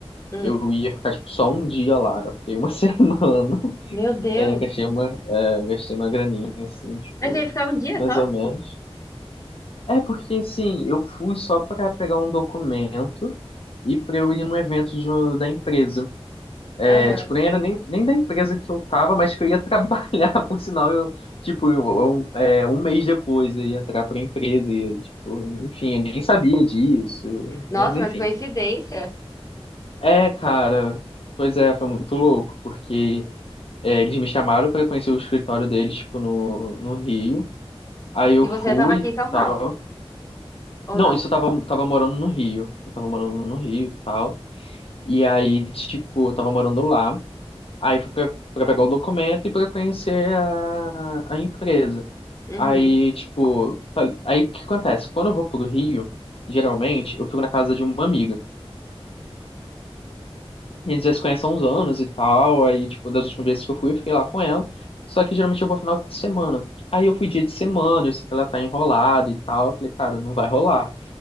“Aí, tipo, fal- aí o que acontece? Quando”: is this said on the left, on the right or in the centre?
Left